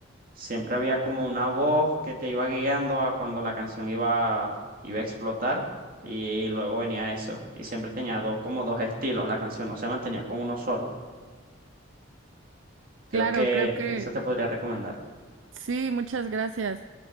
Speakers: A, on the right; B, on the right.
A: siempre había como una voz que te iba guiando a cuando la canción iba, iba a explotar y, luego venía eso y siempre tenía do- como dos estilos la canción, no se mantenía con uno solo. Creo
B: Claro,
A: que
B: creo que
A: eso te podría recomendar.
B: sí, muchas gracias.